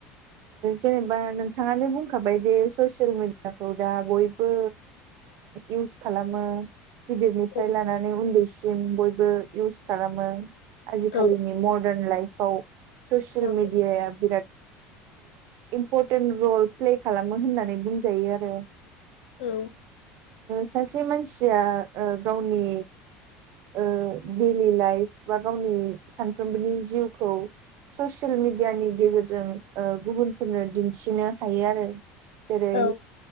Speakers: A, on the right; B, on the left.
A: जेनेबा नोंथाङानो बुंखाबाय जे ससियेल मिेडियाफ्राव दा बयबो इउस खालामो गिदिरनिफ्राय
B: औ
A: लानानै उन्दैसिम बयबो इउस खालामो आजिखालिनि
B: औ
A: मदार्न लाइफआव ससियेल
B: औ
A: मिेडियाया बिराद इम्परटेन्ट रल प्ले खालामो होननानै बुंजायो आरो
B: औ
A: सासे मानसिया गावनि दैडलि लाइफ बा गावनि सानफ्रोमबोनि जिउखौ ससियेल मिेडियानि गेजेरजों गुबुनफोरनो दिन्थिनो हायो आरो जेरै
B: औ